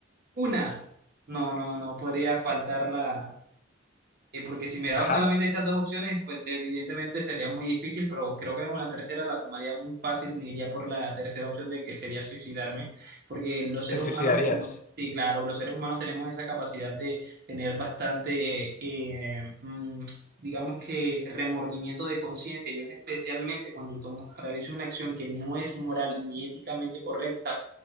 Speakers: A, on the right; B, on the left.
A: una. No, no, no podría faltarla eh, porque si miraba
B: Ajá,
A: solamente esas dos opciones, pues evidentemente sería muy difícil, pero creo que en una tercera la tomaría muy fácil, me iría por la tercera opción de que sería suicidarme, porque los seres
B: te suicidarías.
A: humanos como, sí, claro, los seres humanos tenemos esa capacidad de tener bastante, eh, mm, digamos que remordimiento de conciencia, yo en especialmente cuando tomo, realizo una acción que no es moral ni éticamente correcta,